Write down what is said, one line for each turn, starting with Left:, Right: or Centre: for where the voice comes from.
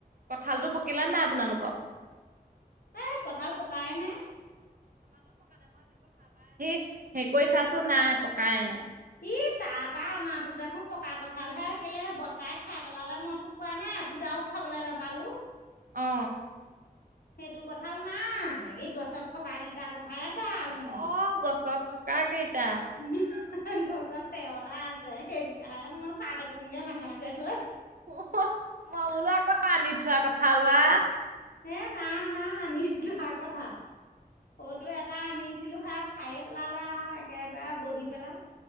Right: কঁঠালতটো পকিলে নে নাই আপোনালোকৰ?
Left: এ কঁঠাল পকাই নাই।
Right: সেই কৰি চাচোন নাই পকাই নাই।
Left: কি তাৰ পা মাহতো দেখোন পকা কঠালহে কেলে বৰ্তাই খাই পেলালে মই তোক কোৱা নাই ফুটাও খাবলে নাপালোঁ।
Right: অ।
Left: সেইটো কঠাল নাই, এই গছত থকা গিটাৰ কথাই আছো
Right: অ
Left: মই
Right: গছত থকা কেইটা।
Left: <unintelligible> গছত তেৰটা আছে সেইকেইটাই মই চাই থাকোগে মাজে মাজে গৈ।
Right: অহ মই বোলো আকৌ আনি থোৱা কঠাল বা।
Left: হে নাই নাই মিছা কথা, কৰ্দৈ এটা আনিছিলো হক খায়ে পেলালে আও একেবাৰে বহি পেলাই।